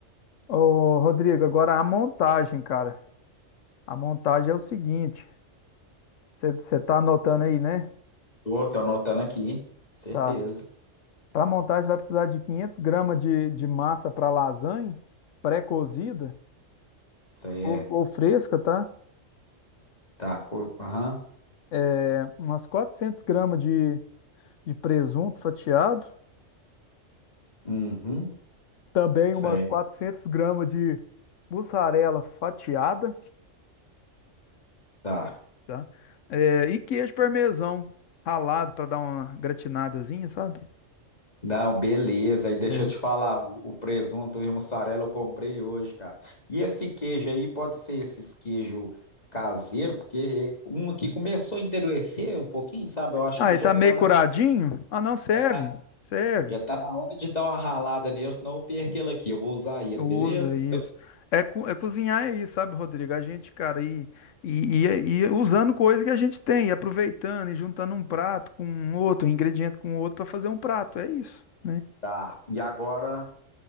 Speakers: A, on the left; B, on the left.
A: Ô, Rodrigo, agora a montagem, cara. A montagem é o seguinte, você tá anotando aí, né?
B: Tô, tô anotando aqui. Certeza.
A: Tá. Para montagem vai precisar de 500 gramas de, de massa para lasanha, pré-cozida
B: Isso aí
A: ou,
B: é.
A: ou fresca, tá?
B: Tá, co... aham.
A: É, umas 400 gramas de, de presunto fatiado,
B: Uhum.
A: também
B: Isso
A: umas
B: aí,
A: 400 gramas de mussarela fatiada,
B: tá.
A: tá? É, e queijo parmesão ralado para dar uma gratinadazinha, sabe?
B: Não, beleza. E deixa
A: É.
B: eu te falar, o o presunto e mussarela eu comprei hoje, cara. E esse queijo aí pode ser esses queijo caseiro, porque um aqui começou a endurecer um pouquinho, sabe? Eu acho
A: Aí
B: que já
A: tá meio
B: tá
A: curadinho?
B: na,
A: Ah, não, serve,
B: já tá,
A: serve.
B: já tá na hora de dar uma ralada nele, senão eu perco ele aqui. Eu vou usar ele,
A: Usa
B: beleza?
A: isso. É, co- é cozinhar é isso, sabe, Rodrigo? A gente, cara, e, e, e, e usando coisa que a gente tem, e aproveitando e juntando um prato com um outro, um ingrediente com outro para fazer um prato, é isso, né?
B: Tá. E agora,